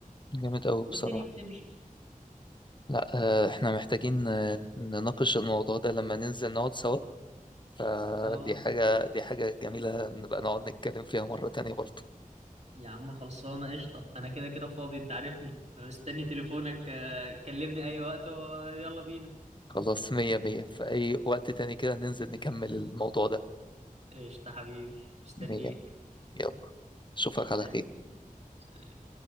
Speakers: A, on the left; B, on the right.
A: جامد أوي
B: والدنيا
A: بصراحة
B: بتمشي
A: لا آه، احنا محتاجين آه، نناقش الموضوع ده لما ننزل نقعد سوا فدي
B: اه
A: حاجة دي حاجة جميلة نبقى نقعد نتكلم فيها مرة تانية برضه
B: يا عم خلصانة قشطة أنا كده كده فاضي أنت عارفني مستني تليفونك آه، كلمني أي وقت ويلا بينا
A: خلاص مية مية في أي وقت تاني كده ننزل نكمل الموضوع ده
B: قشطة حبيبي مستنيك
A: مية يلا أشوفك
B: سلام
A: على خير
B: سلام